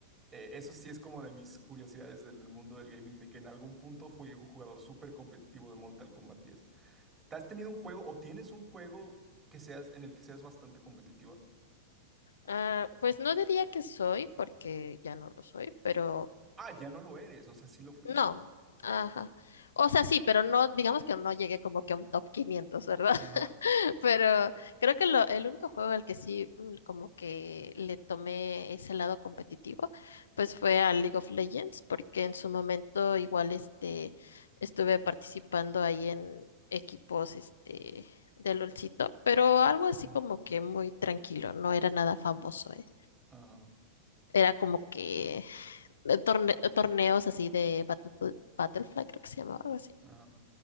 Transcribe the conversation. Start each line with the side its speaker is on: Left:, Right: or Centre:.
Right: eh, eso sí es como de mis curiosidades del, del mundo del gaming, de que en algún punto fui un jugador súper competitivo de Mortal Kombat diez. ¿Has tenido un juego o tienes un juego que seas en el que seas bastante competitiva?
Left: Ah, pues no diría que soy, porque ya no lo soy, pero
Right: Ah, ya no lo eres, o sea, sí lo fuiste.
Left: no. Ajá. O sea, sí, pero no, digamos que no llegué como que a un top 500, ¿verdad?
Right: Ajá.
Left: Pero creo que lo, el único juego al que sí mm, como que le tomé ese lado competitivo, pues fue al League of Legends, porque en su momento igual este estuve participando ahí en equipos este de LOLcito, pero algo así
Right: ujú,
Left: como que muy tranquilo, no era nada famoso, eh.
Right: Ajá.
Left: Era como que eh, torne- torneos así de Battlef- Battlefly, creo que se llamaba algo así.
Right: Ajá.